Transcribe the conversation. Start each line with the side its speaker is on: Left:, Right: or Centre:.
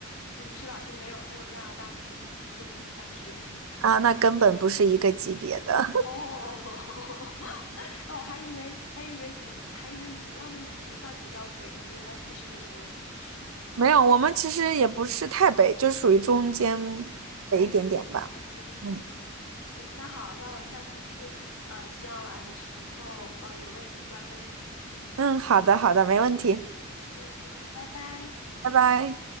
Left: 嗯，是吧？就没有没有加拿大这边这么大雪。
Right: <laughs> 啊，那根本不是一个级别的。
Left: <laughs> 哦，<laughs> 那我还以为还以为你们还以为你们那边已经算比较北了，原来其实也没有什么雪。
Right: <laughs> 没有，我们其实也不是太北，就属于中间北一点点吧。
Left: 嗯嗯，冬天。
Right: 嗯。
Left: 嗯，行，那好，那我下次去呃西安玩的时候，呃有问题再问你。
Right: 嗯，好的，好的，没问题，
Left: 嗯嗯，拜拜。
Right: 拜拜。